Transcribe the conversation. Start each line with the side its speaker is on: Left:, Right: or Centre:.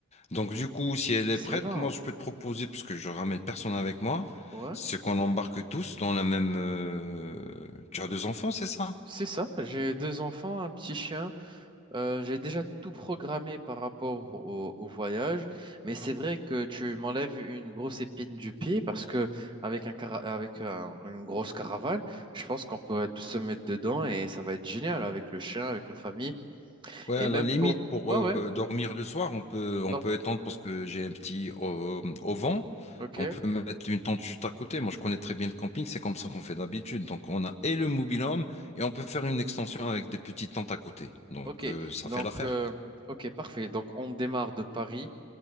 Left: Donc, du coup, si elle
Right: Excellent.
Left: est prête, moi, je peux te proposer, parce que je ramène personne avec moi,
Right: Ouais,
Left: c'est qu'on embarque tous dans la même. euh, Tu as
Right: Euh,
Left: deux enfants, c'est ça?
Right: c'est ça. J'ai deux enfants, un petit chien. Euh, j'ai déjà tout programmé par rapport au, au voyage, mais c'est vrai que tu m'enlèves une grosse épine du pied parce que avec un cara- avec un- une grosse caravane, je pense qu'on peut tous se mettre dedans et ça va être génial avec le chien, avec la famille
Left: Ouais,
Right: et
Left: à
Right: même
Left: la limite,
Right: pour.
Left: pour
Right: Ouais,
Left: euh,
Right: ouais.
Left: dormir le soir, on peut, on
Right: Donc,
Left: peut étendre parce que j'ai un petit au, au vent.
Right: ok.
Left: On peut mettre une tente juste à côté. Moi, je connais très bien le camping, c'est comme ça qu'on fait d'habitude. Donc, on a et le mobil-home et on peut faire une extension avec des petites tentes à côté. Donc,
Right: Ok,
Left: euh, ça
Right: donc,
Left: fait l'affaire.
Right: euh, ok, parfait. Donc, on démarre de Paris